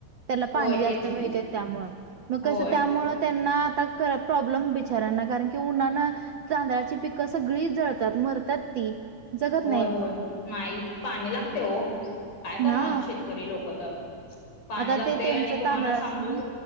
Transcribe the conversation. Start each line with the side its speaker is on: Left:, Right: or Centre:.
Right: त्याला पाणी
Left: होय
Right: जास्त
Left: तेच
Right: मिळते
Left: की
Right: त्यामुळ मग
Left: होय
Right: कसं त्यामुळ त्यांना आता प्रॉब्लेम बिचाऱ्यांना कारण की उन्हानं तांदळाची पिकं सगळी जळतात मरतात ती जगत
Left: होय
Right: नाहीत
Left: होय नाही पाणी लागते हो काय करणार
Right: ना
Left: शेतकरी लोक कता <inaudible> पाणी
Right: आता
Left: लागते
Right: ते त्यांचं
Left: आणि तुम्हाला
Right: तांदळाचं
Left: सांगू